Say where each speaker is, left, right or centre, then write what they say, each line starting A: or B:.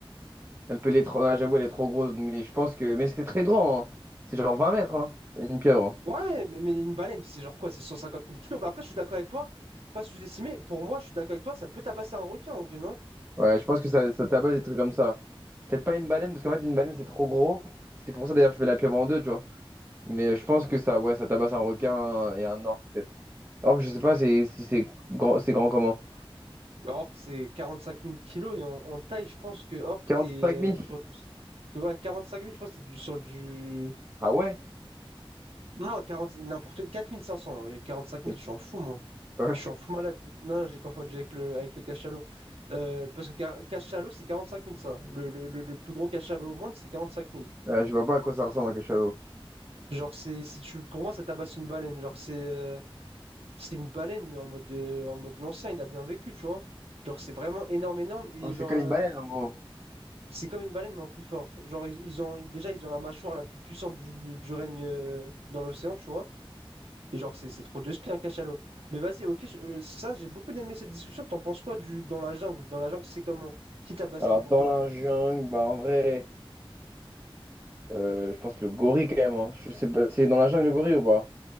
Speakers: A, on the right (about 25°); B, on the right (about 85°).
A: Elle peut l'être. ah, J'avoue, elle est trop grosse. Mais je pense que. Mais c'est très grand. hein. C'est genre 20 mètres, hein, une pieuvre. hein.
B: Ouais, mais, mais une baleine, c'est genre quoi? C'est cent cinquante mille kilos. Mais après, je suis d'accord avec toi, pas sous-estimé, pour moi, je suis d'accord avec toi, ça peut tabasser un requin en vrai, non?
A: Ouais, je pense que ça, ça tabasse des trucs comme ça. Peut-être pas une baleine, parce qu'en fait, une baleine, c'est trop gros. C'est pour ça, d'ailleurs, que je mets la pieuvre en deux, tu vois. Mais je pense que ça, ouais, ça tabasse un requin et un orque, peut-être. Or que je sais pas c'est- si c'est grand, c'est grand comment.
B: Orc, c'est quarante-cinq mille kilos, et en, en taille, je pense que orc,
A: quarante
B: t'es
A: cinq
B: euh,
A: mille
B: sur du. Ouais, 45 000, je pense que t'es du- sur du
A: Ah ouais?
B: Non, 40 n'importe, quatre mille cinq cents euh, cinq mille.
A: <laughs>
B: je suis en fou, moi.
A: Ouais.
B: Je suis en fou malade. Non, j'ai confondu avec le, avec le cachalot. Euh, parce que ca- cachalot, c'est quarante cinq mille ça. Le, le, le, le plus gros cachalot au monde, c'est quarante cinq mille.
A: Euh, je vois pas à quoi ça ressemble un cachalot.
B: Genre, c'est, si tu, pour moi, ça tabasse une baleine. Genre, c'est euh, c'est une baleine, mais en mode, euh, en mode l'ancien, il a bien vécu, tu vois. Genre, c'est vraiment énorme, énorme. Et
A: Oh,
B: genre,
A: C'est comme
B: euh,
A: une baleine, en gros.
B: c'est comme une baleine, mais en plus fort. Genre, ils, ils ont, déjà, ils ont la mâchoire la plus puissante du, du règne euh, dans l'océan, tu vois. Et genre, c'est c'est trop de spi un cachalot. Mais vas-y, ok, je- euh, ça, j'ai beaucoup aimé cette discussion. T'en penses quoi du dans la jungle? Dans la jungle, c'est comment? Qui tabaski
A: Alors,
B: pour
A: dans
B: toi?
A: la jungle, bah, en vrai, euh, je pense le gorille, quand même. hein. Je sais pas, c'est dans la jungle, le gorille, ou pas?